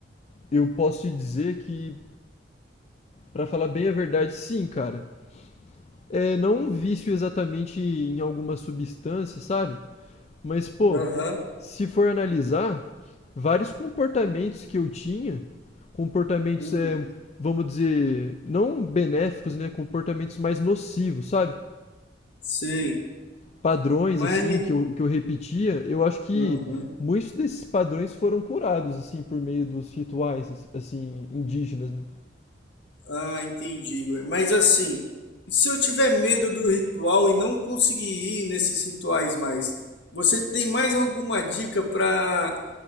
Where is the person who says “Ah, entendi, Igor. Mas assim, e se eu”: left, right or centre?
Left